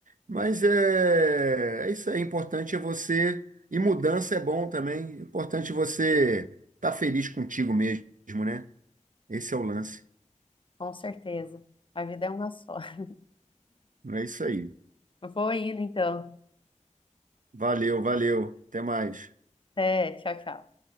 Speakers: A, on the right (about 90°); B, on the left (about 40°).
A: Mas é, é isso aí. é Importante é você. E mudança é bom também. é Importante você estar tá feliz contigo mesmo, né? Esse é o lance.
B: Com certeza. A vida é uma só. <laughs>
A: É isso aí.
B: Vou indo, então.
A: Valeu, valeu. Até mais.
B: Até, tchau, tchau.